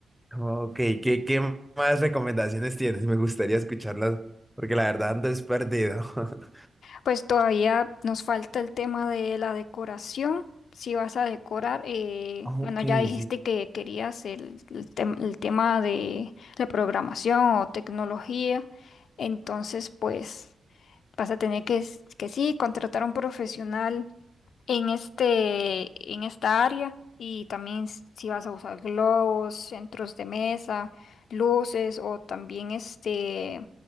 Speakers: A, in the centre; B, on the left.
A: Ok, ¿qué, qué más recomendaciones tienes? Me gustaría escucharlas porque la verdad ando es perdido. <laughs>
B: Pues todavía nos falta el tema de la decoración. Si vas a decorar, eh,
A: Ok,
B: bueno, ya dijiste
A: sí,
B: que querías el, el tem- el tema de, la programación o tecnología. Entonces, pues vas a tener que, s- que sí, contratar a un profesional en este, en esta área y también s- si vas a usar globos, centros de mesa, luces o también este,